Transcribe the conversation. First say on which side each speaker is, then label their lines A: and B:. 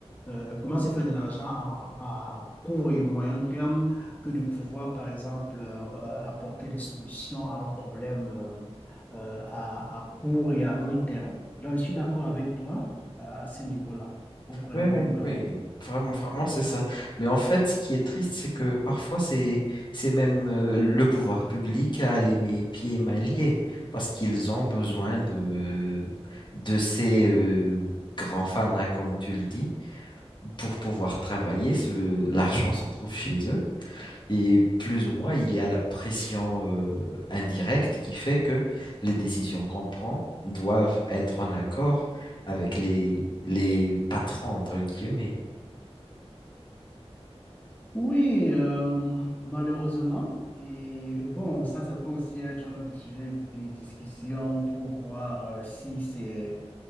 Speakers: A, on the left; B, on the left.
A: euh, comment se faire de l'argent à, à court et moyen terme que de pouvoir, par exemple, euh, euh, apporter des solutions à un problème euh, euh, à, à court et à long terme. Donc, je suis d'accord avec toi euh, à ce niveau-là. Faut vraiment.
B: Oui, oui,
A: euh,
B: oui, vraiment,
A: que-
B: vraiment, c'est ça. Mais en fait, ce qui est triste, c'est que parfois, c'est, c'est même euh, le pouvoir public a les mes pieds et mains liés parce qu'ils ont besoin de, de ces euh, grands fanas, comme tu le dis, pour pouvoir travailler. Ce, l'argent se trouve chez eux. Et plus ou moins, il y a la pression euh, indirecte qui fait que les décisions qu'on prend doivent être en accord avec les, les patrons, entre guillemets.
A: Oui, euh, malheureusement. Et bon, ça, ça peut aussi être un autre sujet de, de discussion pour voir euh, si c'est